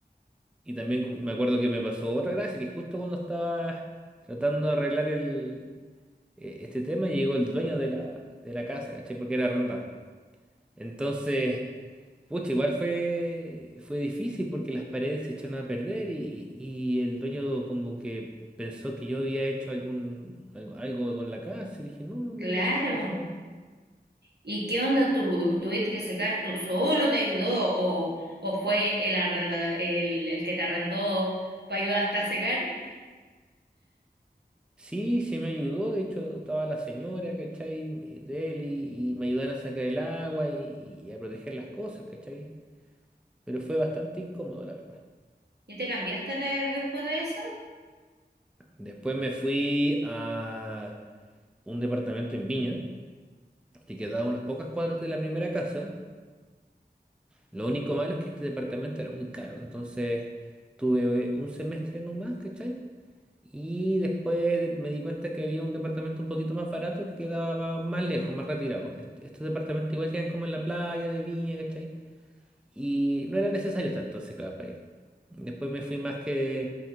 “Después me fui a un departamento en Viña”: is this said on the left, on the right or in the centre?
Centre